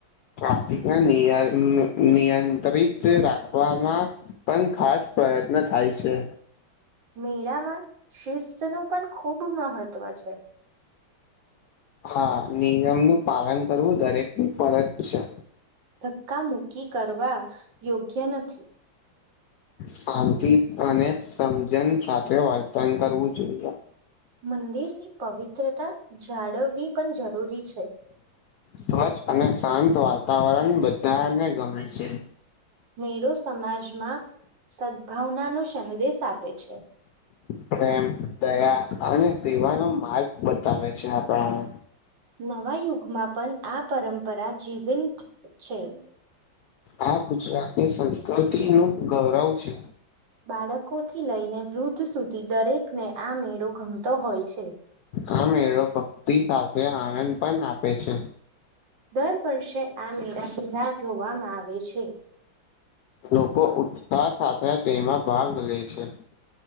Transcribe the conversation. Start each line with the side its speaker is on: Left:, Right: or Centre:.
Left: ટ્રાફિકના નિયા નિ નિયંત્રિત રાખવામાં પન ખાસ પયત્ન થાય છે.
Right: મેળામાં શિસ્ત નું પણ ખૂબ મહત્ત્વ છે.
Left: હા, નિયમ નું પાલન કરવું દરેકની ફરજ છે.
Right: ધક્કા મૂક્કી કરવા યોગ્ય નથી.
Left: સાંતિ અને સમજન સાથે વર્તન કરવું જોઈએ.
Right: મંદિરની પવિત્રતા જાળવવી પણ જરૂરી છે.
Left: સ્વચ્છ અને શાંત વાતાવરણ બધાઆને ગમે છે.
Right: મેળો સમાજમાં સદભાવના નો સંદેશ આપે છે.
Left: પ્રેમ, દયા અને સેવાનો માર્ગ બતાવે છે આપણાને.
Right: નવા યુગમાં પન આ પરંપરા જીવંત છે.
Left: આ ગુજરાતની સંસ્કૃતિ નું ગવરવ છે.
Right: બાળકોથી લઈને વૃદ્ધ સુધી દરેકને આ મેળો ગમતો હોય છે.
Left: આ મેળો ભક્તિ સાથે આનંદ પન આપે છે.
Right: દર વર્ષે આ મેળાની રાહ જોવામાં આવે છે.
Left: લોકો ઉત્સાહ સાથે તેમાં ભાગ લે છે.